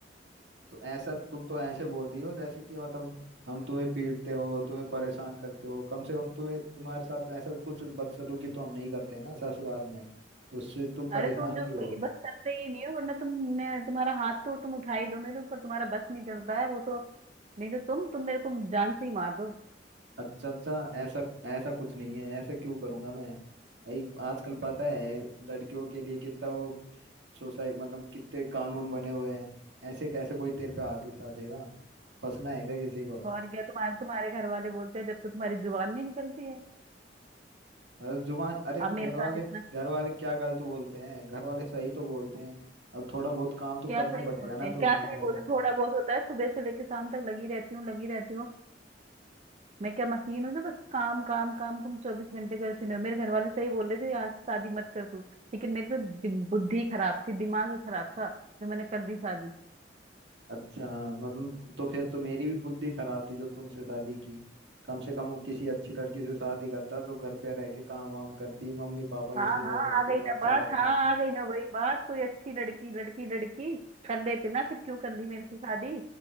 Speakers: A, on the right; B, on the right.
A: तो ऐसा तुम तो ऐसे बोल रही हो जैसे कि मतलब हम तुम्हें पीटते हो तुम्हें परेशान करते हो कम से कम तुम्हें तुम्हारे साथ ऐसा कुछ बदसलूकी तो हम नहीं करते ना ससुराल में तो उससे तुम
B: अरे
A: परेशान
B: तो जो
A: क्यों
B: ब-
A: हो
B: बस करते ही नहीं हो वरना तुमने तुम्हारा हाथ तो तुम उठा ही दो मेरे ऊपर तुम्हारा बस नहीं चलता है वो तो नहीं तो तुम तुम मेरे को जान से ही मार दो
A: अच्छा अच्छा ऐसा ऐसा कुछ नहीं है ऐसा क्यों करूंगा मैं भाई आजकल पता है लड़कियों के लिए कितना वो सोसाइटी मतलब कितने कानून बने हुए हैं ऐसे कैसे कोई तेरे पे हाथ उठा देगा फंसना है क्या किसी को
B: और क्या तुम्हारे तुम्हारे घर वाले बोलते हैं जब तक तुम्हारी जुबान नहीं निकलती है
A: अरे जुबान अरे तो
B: अब मेरे
A: घर
B: साथ
A: वाले
B: इतना
A: घर वाले क्या गलत बोलते हैं घर वाले सही तो बोलते हैं अब थोड़ा बहुत काम तो करना
B: क्या सही
A: पड़ेगा
B: बोलते
A: ना
B: हैं
A: तुम्हें
B: क्या सही
A: घर
B: बोलते
A: का
B: हैं? थोड़ा बहुत होता है सुबह से लेकर शाम तक लगी रहती हूँ लगी रहती हूँ मैं क्या मशीन हूँ जो बस काम काम काम तुम चौबीस घंटे करती रहो मेरे घर वाले सही बोल रहे थे आज शादी मत कर तू लेकिन मेरी तो दिम- बुद्धि खराब थी दिमाग ही खराब था जो मैंने कर दी शादी
A: अच्छा मतलब तो फिर तो मेरी भी बुद्धि खराब थी जो तुमसे शादी की कम से कम वो किसी अच्छी लड़की से शादी करता जो घर पे रह के काम वाम करती मम्मी पापा
B: हाँ
A: की सेवा
B: हाँ
A: करती
B: आ गई
A: तो
B: ना
A: अच्छा
B: बात
A: रहता
B: हाँ आ गई ना वही बात कोई अच्छी लड़की लड़की लड़की कर लेते ना फिर क्यों कर ली मेरे से शादी